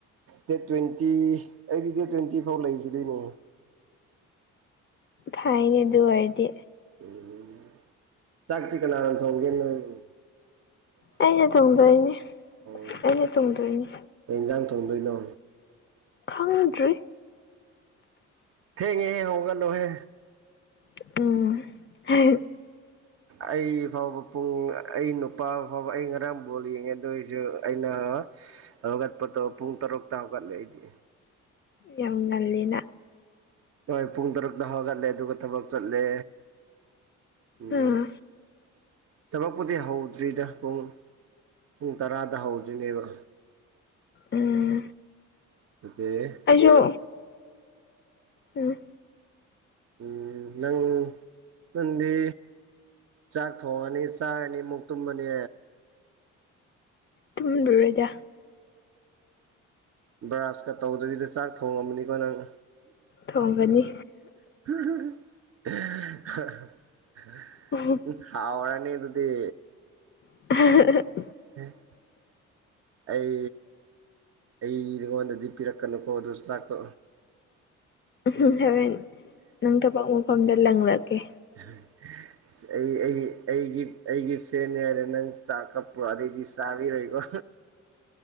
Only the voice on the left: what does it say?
ꯐꯥꯏꯅꯦ ꯑꯗꯨ ꯑꯣꯏꯔꯗꯤ
ꯑꯩꯩꯅ ꯇꯣꯡꯗꯣꯏꯅꯦ
ꯑꯩ ꯇꯣꯡꯗꯣꯏꯅꯦ
ꯈꯪꯗ꯭ꯔꯤ
<unintelligible>
ꯌꯥꯝ ꯉꯜꯂꯦꯅ꯫
ꯎꯝ
ꯎꯝ
ꯑꯩꯁꯨ ꯎꯝ
ꯇꯨꯝꯒꯤꯔꯣꯏꯗꯥ꯫
ꯊꯣꯡꯒꯅꯤ
ꯎꯝ
<unintelligible>
ꯎꯝ ꯍꯣꯔꯦꯟ ꯅꯪ ꯊꯕꯛ ꯃꯐꯝꯗ ꯂꯪꯂꯛꯀꯦ꯫